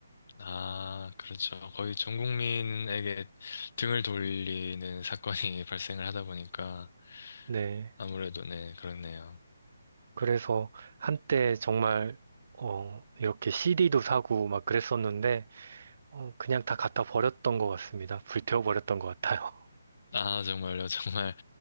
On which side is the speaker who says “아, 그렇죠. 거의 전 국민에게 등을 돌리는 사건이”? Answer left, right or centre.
Left